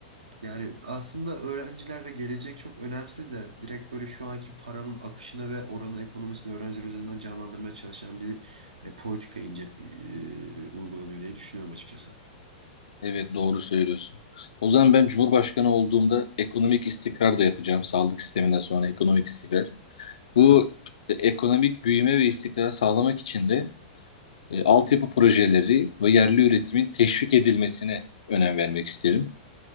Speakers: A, on the right (about 85°); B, on the left (about 75°).
A: Yani aslında öğrenciler ve gelecek çok önemsiz de direkt böyle şu anki paranın akışını ve oranın ekonomisini öğrenciler üzerinden canlandırmaya çalışan bir e, politika ince, e, uygulanıyor diye düşünüyorum açıkçası.
B: Evet doğru söylüyorsun. O zaman ben Cumhurbaşkanı olduğumda ekonomik istikrar da yapacağım. Sağlık sisteminden sonra ekonomik istikrar. Bu
A: Aha.
B: e, ekonomik büyüme ve istikrar sağlamak için de e, altyapı projeleri ve yerli üretimin teşvik edilmesine önem vermek isterim.